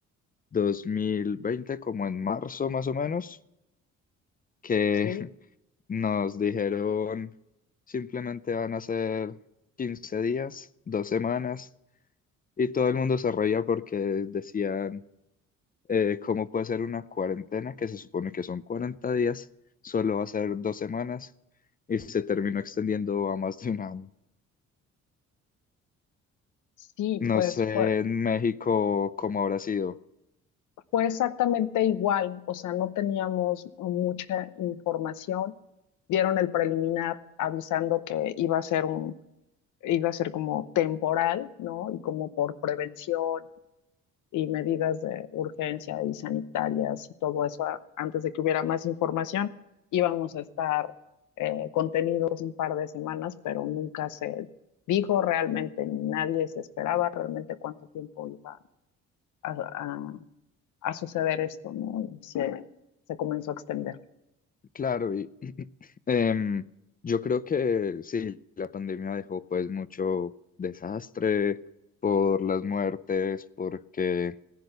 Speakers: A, on the left; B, on the left.
A: 2020, como en marzo más o menos, que
B: sí,
A: <laughs> nos dijeron simplemente van a ser 15 días, dos semanas, y todo el mundo se reía porque decían... eh, cómo puede ser una cuarentena que se supone que son 40 días, solo va a ser dos semanas y se terminó extendiendo a más de un año.
B: sí,
A: No
B: pues
A: sé
B: fue,
A: en México cómo habrá sido.
B: fue exactamente igual, o sea, no teníamos mucha información. Dieron el preliminar avisando que iba a ser un, iba a ser como temporal, ¿no? Y como por prevención y medidas de urgencia y sanitarias y todo eso a- antes de que hubiera más información. Íbamos a estar eh, contenidos un par de semanas, pero nunca se dijo realmente, ni nadie se esperaba realmente cuánto tiempo iba a, a- a suceder esto, ¿no? Y se, se comenzó a extender.
A: Claro, y <clears throat> em, yo creo que sí, la pandemia dejó pues mucho desastre por las muertes, porque